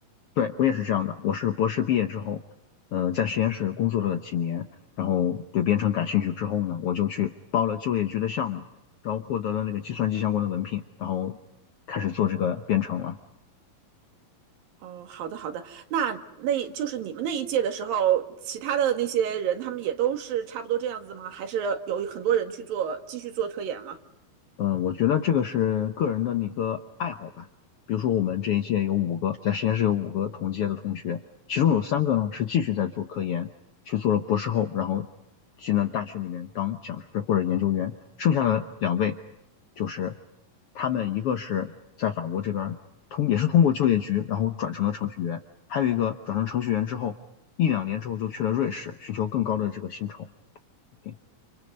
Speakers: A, on the left (about 80°); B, on the right (about 75°).
A: 对，我也是这样的，我是博士毕业之后，呃，在实验室工作了几年，然后对编程感兴趣之后呢，我就去报了就业局的项目，然后获得了那个计算机相关的文凭，然后开始做这个编程了。
B: 哦，好的好的，那那就是你们那一届的时候，其他的那些人，他们也都是差不多这样子吗？还是有很多人去做，继续做科研了？
A: 嗯，我觉得这个是个人的那个爱好吧。比如说，我们这一届有五个，在实验室有五个同届的同学，其中有三个呢是继续在做科研，去做了博士后，然后进了大学里面当讲师或者研究员。剩下的两位就是他们一个是在法国这边通也是通过就业局，然后转成了程序员，还有一个转成程序员之后一两年之后就去了瑞士，寻求更高的这个薪酬。OK